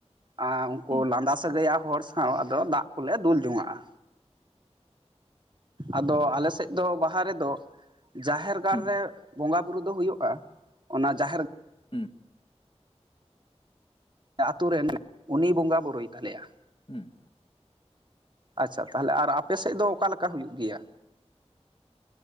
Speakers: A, on the right; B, on the left.
A: ᱟᱨ ᱩᱱᱠᱩ
B: ᱦᱩᱸ
A: ᱞᱟᱸᱫᱟ ᱥᱟᱹᱜᱟᱹᱭᱟᱱ ᱦᱚᱲ ᱥᱟᱶ ᱟᱫᱚ ᱫᱟᱜ ᱠᱚᱞᱮ ᱫᱩᱞ ᱡᱚᱝᱟᱜᱼᱟ᱾ ᱟᱫᱚ ᱟᱞᱮ ᱥᱮᱫ ᱫᱚ ᱵᱟᱦᱟ ᱨᱮᱫᱚ, ᱡᱟᱦᱮᱨ ᱜᱟᱲ
B: ᱦᱩᱸ
A: ᱨᱮ ᱵᱚᱸᱜᱟ ᱵᱩᱨᱩ ᱫᱚ ᱦᱩᱭᱩᱜᱼᱟ, ᱚᱱᱟ ᱡᱟᱦᱮᱨ
B: ᱦᱩᱸ᱾
A: ᱟᱛᱳ ᱨᱮᱱ ᱩᱱᱤ ᱵᱚᱸᱜᱟ ᱵᱳᱨᱳᱭ ᱛᱟᱞᱮᱭᱟ᱾
B: ᱦᱩᱸ᱾
A: ᱟᱪᱪᱷᱟ ᱛᱟᱦᱚᱞᱮ ᱟᱨ ᱟᱯᱮ ᱥᱮᱫ ᱫᱚ ᱚᱠᱟ ᱞᱮᱠᱟ ᱦᱩᱭᱩᱜ ᱜᱮᱭᱟ?